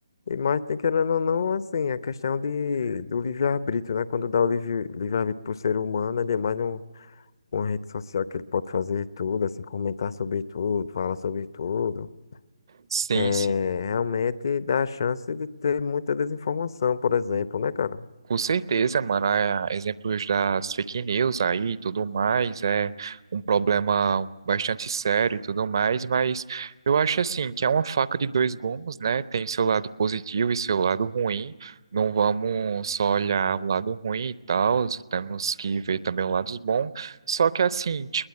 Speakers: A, on the left; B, on the right.
A: E mais tem querendo ou não, assim, a questão de, do livre-arbítrio, né? Quando dá o livre- livre-arbítrio pro ser humano, é demais um, uma rede social que ele pode fazer tudo, assim, comentar sobre tudo, falar sobre tudo.
B: sim,
A: É,
B: sim.
A: realmente dá a chance de ter muita desinformação, por exemplo, né, cara?
B: Com certeza, mano. Ah, é, Exemplos das fake news aí e tudo mais é um problema bastante sério e tudo mais, mas eu acho assim que é uma faca de dois gumes, né? Tem seu lado positivo e seu lado ruim. Não vamos só olhar o lado ruim e tal, temos que ver também o lado bom. Só que assim,